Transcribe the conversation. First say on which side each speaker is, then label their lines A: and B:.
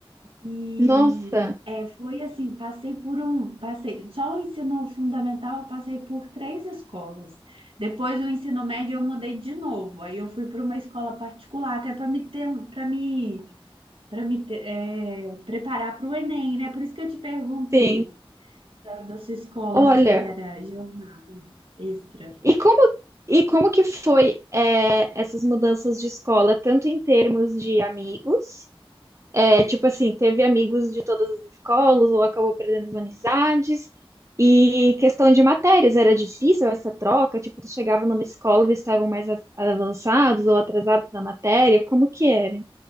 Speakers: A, on the right (about 65°); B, on the right (about 30°).
A: E
B: Nossa,
A: é, foi assim, passei por um, passei, só o ensino fundamental eu passei por três escolas. Depois do ensino médio eu mudei de novo. Aí eu fui para uma escola particular, até para me ter, para me, para me ter, é, preparar para o Enem, né? Por isso que eu te perguntei
B: sim.
A: da, da sua escola
B: Olha,
A: se era jornada extra?
B: e como e como que foi é, essas mudanças de escola, tanto em termos de amigos É, tipo assim, teve amigos de todas as escolas, ou acabou perdendo as amizades. E questão de matérias, era difícil essa troca? Tipo, tu chegava numa escola, eles estavam mais a- avançados ou atrasados na matéria? Como que era?